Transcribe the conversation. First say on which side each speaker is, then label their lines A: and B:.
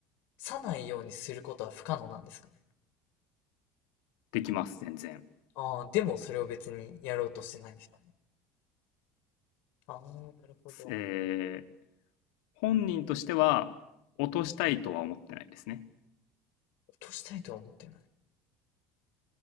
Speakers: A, on the left; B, on the left.
A: さないようにすることは不可能なんですかね。
B: できます、全然。
A: ああ、でもそれを別にやろうとしてないんですかね。ああ、なるほど。
B: えー、本人としては落としたいとは思ってないですね。
A: 落としたいとは思ってない。